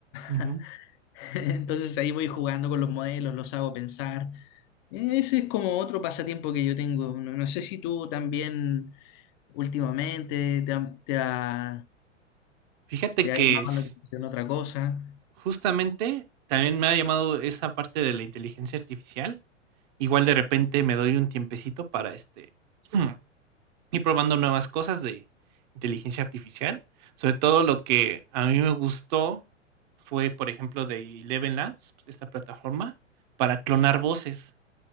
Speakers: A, on the right; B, on the left.
A: ujú.
B: <laughs> <laughs> Entonces ahí voy jugando con los modelos, los hago pensar. Ese es como otro pasatiempo que yo tengo. No, no sé si tú también últimamente te ha, te ha-
A: Fíjate
B: te
A: que
B: ha llamado
A: es-
B: la atención otra cosa.
A: justamente también me ha llamado esa parte de la inteligencia artificial. Igual de repente me doy un tiempecito para este <clears throat> y probando nuevas cosas de inteligencia artificial. Sobre todo lo que a mí me gustó fue, por ejemplo, de Eleven Labs, esta plataforma, para clonar voces.